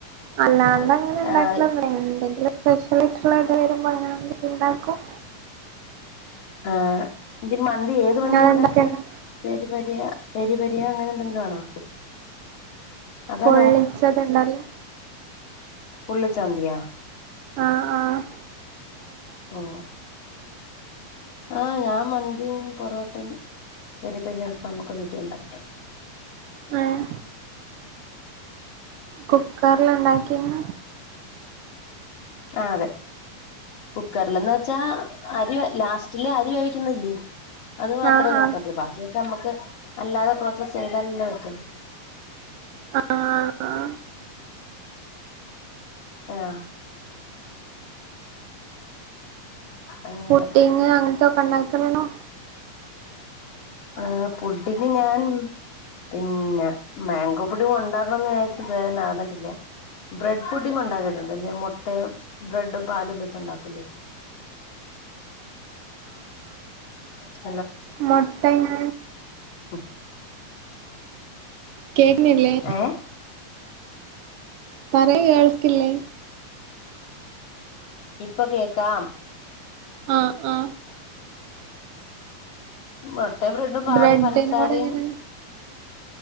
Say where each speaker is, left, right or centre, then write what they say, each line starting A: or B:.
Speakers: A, on the right; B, on the left.
A: അല്ലാണ്ട് അങ്ങനെ ഉണ്ടാക്കലൊന്നും
B: ആഹ്
A: എന്തെങ്കിലും സ്പെഷ്യലിട്ടുള്ള ഇടടെ വരുമ്പോ അങ്ങനെ ഇണ്ടാക്കും
B: ആഹ മന്തി ഏത്
A: ഇങ്ങള്
B: മന്തി ഉണ്ടാക്കിയ?
A: ഉണ്ടാക്കല്ണ്ടോ
B: പെരി പെരി രി പെരി പെരിയാ അങ്ങനെ എന്തെങ്കിലും ആണോ അതാ
A: പൊള്ളിച്ചതുണ്ടല്ല
B: പുള്ളു ചന്തിയ
A: ആഹ ആഹ
B: ഓ ആഹ ഞാൻ മന്തിയും പൊറോട്ടയും പെരി പെരി അൽഫമ ഒക്കെ വീട്ടിൽ ഉണ്ടാക്കിയിട്ടുണ്ട്.
A: മ്മ്ഹ് കുക്കറില ഉണ്ടാക്കിന്ന
B: ആ അതെ കുക്കറിൽന്ന് വെച്ചാ അരി ലാസ്റ്റില് അരി വേവി ക്കുന്നിലെ അത് മാത്രമേ
A: ആഹ്
B: കുക്കരിൽ
A: ആഹ്
B: ബാക്കിയൊക്കെ നമുക്ക് അല്ലാതെ പ്രോസസ്സ് ചെയ്തല്ലേ പറ്റു <inaudible>
A: ആഹ ആഹാ
B: ആഹ അങ്ങനെ
A: പുട്ടിങ് അങ്ങനത്തോ ഉണ്ടാകണണോ
B: ആ പുഡിങ്ങ് ഞാൻ പിന്നെ മാങ്കോ പുഡിങ് ഉണ്ടാക്കണംന്ന് വിചാരിച് ഇത് വരെ നടന്നിട്ടില്ല. ബ്രെഡ് പുഡിങ് ഉണ്ടാക്കിയിട്ടുണ്ട്ല്ലെ മുട്ടയും ബ്രെഡും പാലും വെച്ച ഉണ്ടാക്കൂല്ലേ രണ്ട്
A: മൊട്ടങ്ങ
B: ഉം
A: കേക്കണില്ലേ
B: ഏ
A: പറയു ഇയാൾക്കില്ലേ?
B: ഇപ്പം കേക്കാം.
A: ആ ആ
B: മ്മ ബ്രഡും പാലും
A: ബ്രെഡിനോട്
B: പഞ്ചസാരയും
A: എങ്ങനെ